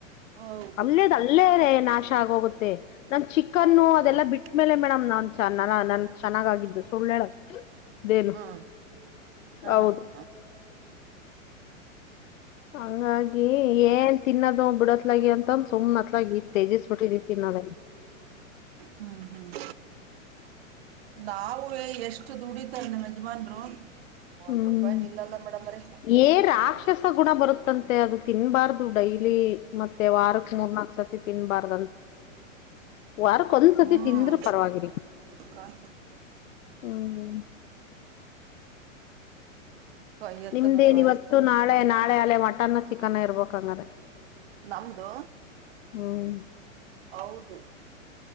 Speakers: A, on the right (about 50°); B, on the left (about 70°).
A: ಹೌದು
B: ಅಲ್ಲೇದ ಅಲ್ಲೇ ರೇ ನಾಶ ಆಗೋಗುತ್ತೆ ನನ್ ಚಿಕನ್ನು
A: ಹೌದೌದು
B: ಅದೆಲ್ಲ ಬಿಟ್ಟ್ಮೇಲೆ ಮೇಡಮ್ ನಾನ್. ನನ್ ಚೆನ್ನಾಗಾಗಿದ್ದು ಸುಳ್ಳಳ ಇದೇನು
A: ಹ್ಮ್ ಹಾ
B: ಹೌದು
A: ಹ
B: ಹಂಗಾಗಿ ಏನ್ ತಿನ್ನದು ಬಿಡತ್ಲಾಗಿ ಅಂತಂದ ಸುಮ್ನ ಅತ್ಲಾಗಿ ತೇಜಿಸ್ಬ ಬಿಟ್ಟಿದಿ. ತಿನ್ನೋದ
A: ಹ್ಮ್- ಹ್ಮ್ -ನೂ ಎಷ್ಟ್ ಎಷ್ಟು ದುಡಿತ ಇಲ್ಲ ಯಜಮಾನ್ರು.
B: ಹ್ಮ್-
A: ಒಂದ್ ರೂಪಾಯಿ ನಿಲ್ಲಲ್ಲ ಮೇಡಮ್ರೀ
B: ಏ- ರಾಕ್ಷಸ ಗುಣ ಬರುತ್ತಂತ. ಮತ್ತೆ ಅದು ತಿನ್ಬಾರ್ದು ಡೈಲಿ ಮತ್ತೆ ವಾರಕ್ ಮೂರ್ನಾಕು ಸತಿ ತಿನ್ಬಾರ್ದಂತೆ. ವಾರಕ್ಕೊಂದ್ಸತಿ
A: ಹ್ಮ್
B: ತಿಂದ್ರೆ ಪರವಾಗಿಲ್ಲ.
A: ಕಾಣ್ಕೊತನೀರು
B: ಹ್ಮ್
A: ಕೈ ಎತ್ತಲ್ಲ
B: ನಿಮ್ದೇನ್
A: ಬಾಯಿ
B: ಇವತ್ತು
A: ಎತ್ತಲ್ಲ
B: ನಾಳೆ ನಾಳೆ ಅಲೆ ಮಟನ್ ಚಿಕನ್ ಇರ್ಬೇಕ ಹಂಗ್ರೆ.
A: ನಮದು
B: ಹ್ಮ್
A: ಹೌದು